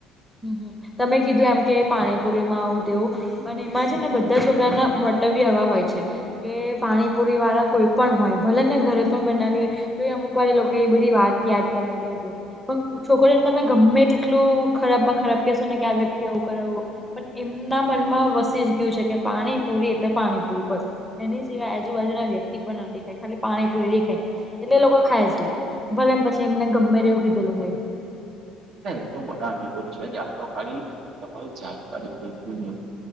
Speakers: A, in the centre; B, on the right.
A: હમ્મ હમ્મ તમે કીધું એમ કે પાણીપુરીમાં આવું તેવું અને એમાં છે ને બધા છોકરાના મટવ્ય આવા હોય છે કે પાણીપુરી વાળા કોઈ પણ હોય ભલે ને ઘરે પણ બનાવી હોય તો એ અમુક વાળી લોકો એ બધી વાત યાદ કરાવ પણ છોકરીને તમે ગમે તેટલું ખરાબ માં ખરાબ કહેશો ને કે આ વ્યક્તિ આવવું કરાવું પણ એમના મનમાં વસી જ ગયું છે કે પાણી પૂરી એટલે પાણી પૂરી બસ એની સિવાય આજુબાજુના વ્યક્તિ પણ ન દેખાય ખાલી પાણીપુરી દેખાય એટલે એ લોકો ખાય છે ભલે એમ પછી એમને ગમે એવું કીધેલું હોય
B: ચાલ બાષા બે? એ તો બધાનેભો જ છે આ તો ખાલી તમારી જાણકારી પ એટલા મને